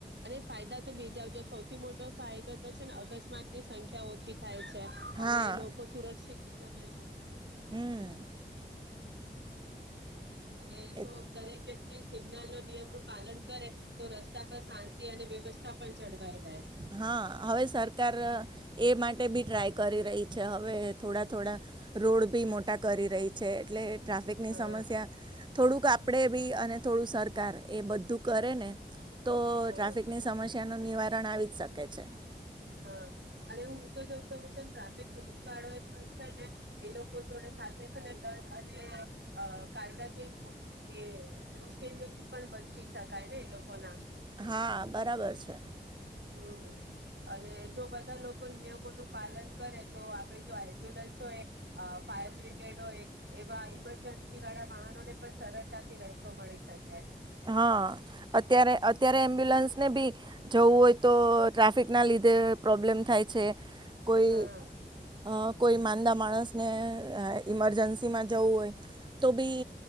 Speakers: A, on the right (about 75°); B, on the right (about 25°).
A: અને ફાયદા તો બીજા જો સૌથી મોટો ફાયદો તો તો છે ને અકસ્માત ની સંખ્યા ઓછી થાય છે. તા
B: હા
A: અને લોકો સુરક્ષિત વધે છે.
B: હમ્મ
A: હ અને
B: એ
A: જો દરેક વ્યક્તિ સિગ્નલ નો નિયમ નું પાલન કરે. તો રસ્તા પર શાંતિ અને વ્યવસ્થા પણ જળવાઈ રહે
B: હા હવે સરકાર એ માટ મેબી ટ્રાય કરી રહી છે હ હવે થોડા
A: હમ
B: થોડા રોડ ભી મોટ ટા કરી રહી છે એટલે ટ્રાફિક ની
A: હા
B: સમસ્યા થોડુંક આ આપડે બી, અને થોડું સરકાર એ બધું કરે ને તો
A: હા
B: ટ્રાફિકની સમસ્યા ન નિવારણ પણ આવે શકે છે.
A: હા અને હું તો જો કેવું તો ટ્રાફિક પોલીસ વાળો એ પણ છે ને એ લોકો જોડે સાથે છે ને દંડ અને અ કાયદાકીય એ મુશ્કેલીઓથી પણ બચી શકાય ને એ લોકો ના
B: હા બરાબર છે.
A: હમ્મ અને જો બધા લોકો નિયમોનું પાલન કરે તો આપડે જો એમ્બ્યુલન્સ હોય ફાયર બ્રિગેડ હોય એવા ઈમરજન્સી વાળા વાહનોને પણ સરળતાથી રસ્તો મળી શકે
B: હા અત્યારે અત્યારે એમ્બ્યુલન્સ ને બી જવું હોય તો ટ્રાફિકના લીધે પ્રોબ્લેમ થાય છે કોઈ
A: હા
B: અ કોઈ માંદા માણસને ઇમરજન્સીમાં જવું હોય, તો બી